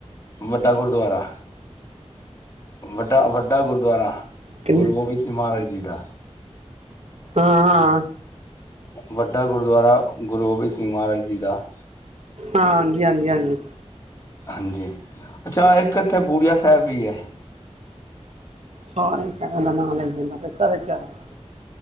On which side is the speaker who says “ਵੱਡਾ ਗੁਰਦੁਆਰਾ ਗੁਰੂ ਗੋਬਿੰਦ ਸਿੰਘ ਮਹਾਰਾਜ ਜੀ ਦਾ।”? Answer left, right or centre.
Left